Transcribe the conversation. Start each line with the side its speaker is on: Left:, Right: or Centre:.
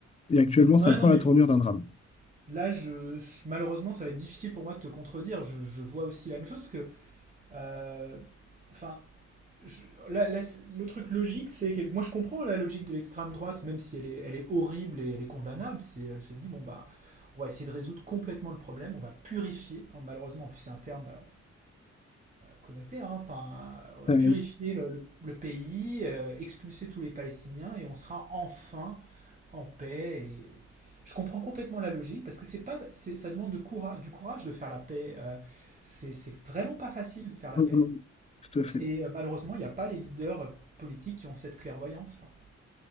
Left: Et actuellement, ça
Right: Ouais,
Left: prend
Right: non, mais
Left: la tournure
Right: je...
Left: d'un drame.
Right: Là, je, malheureusement, ça va être difficile pour moi de te contredire. Je, je vois aussi la même chose parce que, euh, enfin, je- là- là, c'est- le truc logique, c'est que moi, je comprends la logique de l'extrême droite, même si elle est, elle est horrible et elle est condamnable. C'est, elle se dit, bon bah, on va essayer de résoudre complètement le problème, on va purifier. Hein, Malheureusement, en plus, c'est un terme euh, connoté. hein. enfin, on
Left: Ça-
Right: va purifier le, le- le pays, euh, expulser tous les Palestiniens et on sera enfin en paix. Et... Je comprends complètement la logique parce que c'est pas, c'est- ça demande de coura- du courage de faire la paix. euh, c'est c'est vraiment pas facile de faire la
Left: non,
Right: paix.
Left: non, tout à fait.
Right: Et euh, malheureusement, il n'y a pas les leaders euh, politiques qui ont cette clairvoyance-là.